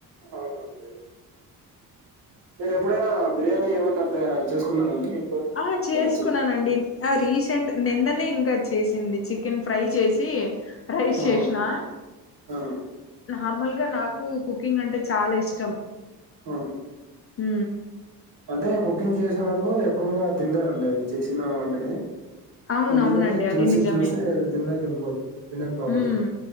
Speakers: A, on the right; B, on the left.
A: అవునండీ మీరు ఎప్పుడైనా బిర్యానీ ఏమన్నా చే చేసుకున్నారండి ఇంట్లోనే
B: ఆ చేసుకున్నానండి
A: ఇలా చిక్
B: ఆ రీసెంట్ నిన్ననే ఇం చేసింది చికెన్ ఫ్రై చేసి రైస్
A: ఆ
B: చేస్నా
A: ఆ
B: నార్మల్ ఇకా నాకు కుకింగ్ అంటే చాలా ఇష్టం
A: అ
B: మ్
A: అంటే కు కుకింగ్ చేసిన వాళ్ళు ఎక్కువగా తినాలేరండిఅది చేసిన వంటని
B: అవునవునండి
A: ఎందుకంటే
B: అది
A: చూసి
B: నిజమే
A: చూసి అది తిన్న బిల్కు తినకవదు
B: ఉమ్